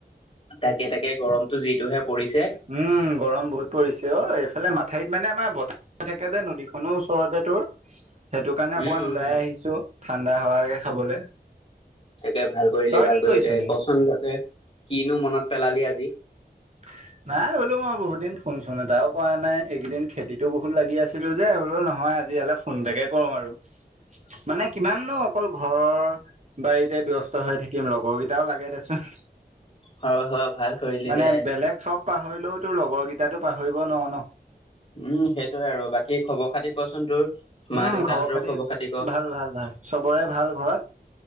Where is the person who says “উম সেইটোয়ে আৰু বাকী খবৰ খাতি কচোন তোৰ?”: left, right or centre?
Left